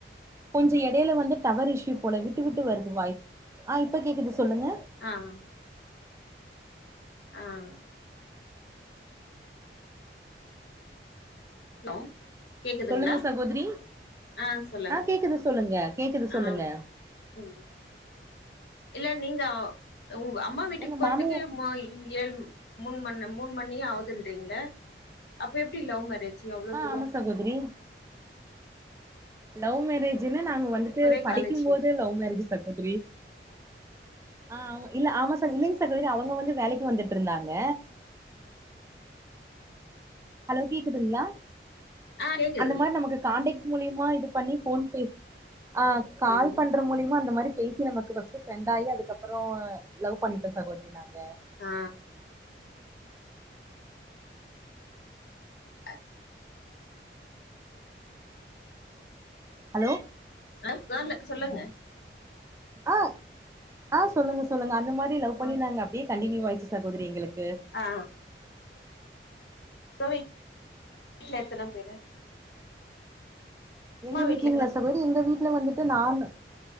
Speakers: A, on the right; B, on the left.
A: கொஞ்சோ இடைல வந்து டவர் இஷ்யூ போல விட்டு விட்டு வருது வாய்ஸ் ஆ இப்ப கேக்குது சொல்லுங்க
B: ஆஹ் ஆஹ் ஹலோ கேக்குதுங்களா
A: சொல்லுங்க சகோதரி
B: ஆ சொல்லுங்க
A: ஆஹ் கேக்குது சொல்லுங்க கேக்குது சொல்லுங்க
B: ஆ ம் இல்ல நீங்க உங் அம்மா வீட்டுக்கு
A: உங்க
B: போறதுக்கு
A: மாமியா
B: ம ஏழு மூணு மண் மூணு மணி ஆவுதுன்றீங்க அப்ப எப்படி லவ் மேரேஜ் அவ்ளோ
A: ஆஹ்
B: தூரோ
A: ஆமா சகோதரி லவ் மேரேஜுனா நாங்க வந்துட்டு
B: ஒரே
A: படிக்கும்போதே
B: காலேஜ்ங்களா
A: லவ் மேரேஜ் சகோதரி ஆ ஆமா இல்ல ஆமா ச இல்லீங் தரி அவுங்க வந்து வேலைக்கு வந்துட்டு இருந்தாங்க ஹலோ கேக்குதுங்ளா
B: ஆ கேக்குது
A: அந்த மாரி நமக்கு காண்டேக்ட் மூலிய மா இது பண்ணி போன் பேசி ஆஹ் கால்
B: ம்
A: பண்ற மூலியமா அந்த மாரி பேசி நமக்கு ஃபர்ஸ்ட் ஃபிரண்டாயி அதுக்கப்புறோ லவ் பண்ணிட்டோ சகோதரி நானு ட
B: ஆ அ
A: ஹலோ
B: அஹ் நாள்ல சொல்லுங்க
A: ஆஹ் ஆஹ் சொல்லுங்க சொல்லுங்க அந்த மாரி லவ் பண்ணி
B: ஆ
A: நாங்க அப்டியே கண்டினியூவாயிருச்சு சகோதரி எங்களுக்
B: ஆ உங்க வீட்ல எத்தன பேரு
A: எங்க
B: அம்மா
A: வீட்டு்லீங்ளா
B: வீட்ல எத்தன
A: சகோதரி எங்க வீட் அம்மா வீட்ல வந்துட்டு நானு